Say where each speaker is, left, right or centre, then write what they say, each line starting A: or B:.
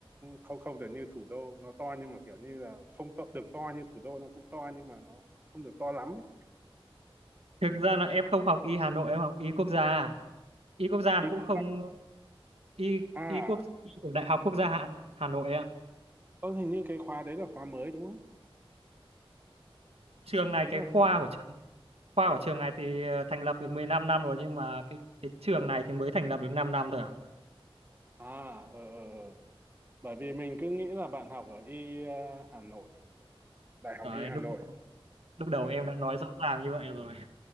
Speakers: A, on the right; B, on the right.
A: không không được như thủ đô nó to nhưng mà kiểu như là không to, được to như thủ đô nó cũng to nhưng mà nó không được to lắm ấy.
B: Thực ra là em không học Y Hà Nội, em học Y Quốc gia. à. Y Quốc gia
A: ý
B: nó cũng
A: cô
B: không Y
A: à
B: Y quốc Y ở Đại học Quốc gia Hà, Hà Nội ạ.
A: có hình như cái khóa đấy là khóa mới đúng không
B: trường này
A: ý
B: cái
A: là
B: khoa của trường khoa của trường này thì ờ, thành lập được 15 năm rồi nhưng mà cái cái trường này thì mới thành lập được 5 năm thôi à
A: à ờ ờ ờ. bởi vì mình cứ nghĩ là bạn học ở y ờ, Hà Nội Đại học
B: đấy
A: y Hà
B: lúc
A: Nội
B: lúc đầu
A: Ờ.
B: em đã nói rõ ràng như vậy rồi